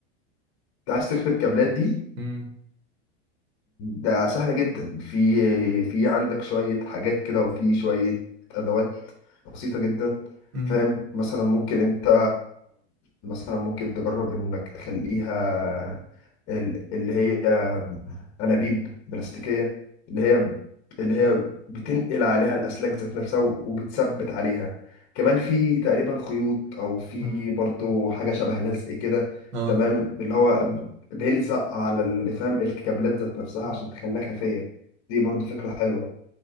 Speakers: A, on the left; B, on the right.
A: انت عايز تخفي الكابلات دي
B: مم.
A: ده سهله جدا في آه، في عندك شويه حاجات كده وفي شويه ادوات بسيطه جدا
B: مم.
A: فاهم مثلا ممكن انت مثلا ممكن تجرب انك تخليها ال- اللي هي انابيب بلاستيكيه اللي هي اللي
B: اه
A: هي بتنقل عليها الاسلاك ذات نفسها وبتثبت عليها كمان في تقريبا خيوط او في
B: مم.
A: برضو حاجه شبه لزق كده
B: اه
A: تمام اللي هو بيلزق على ال- فاهم الكابلات ذات نفسها عشان تخليها خفيه دي برضو فكره حلوه